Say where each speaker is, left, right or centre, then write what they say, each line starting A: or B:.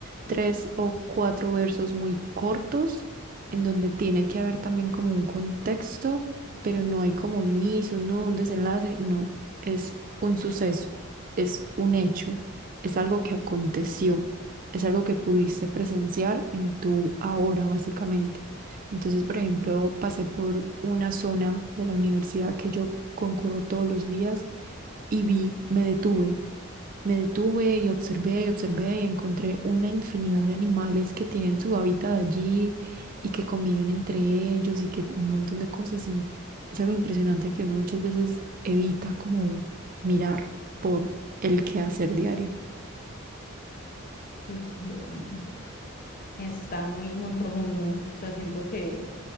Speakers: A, on the right (about 40°); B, on the left (about 45°).
A: tres o cuatro versos muy cortos, en donde tiene que haber también como un contexto, pero no hay como un inicio, no un desenlace, no, es un suceso, es un hecho, es algo que aconteció, es algo que pudiste presenciar en tu ahora, básicamente. Entonces, por ejemplo, pasé por una zona de la universidad que yo concurro todos los días y vi, me detuve, me detuve y observé y observé y encontré una infinidad de animales que tienen su hábitat allí y que conviven entre ellos y que un montón de cosas y es algo impresionante que uno muchas veces evita como mirar por el quehacer diario.
B: Qué chévere. Está muy, muy profundo. O sea, siento que,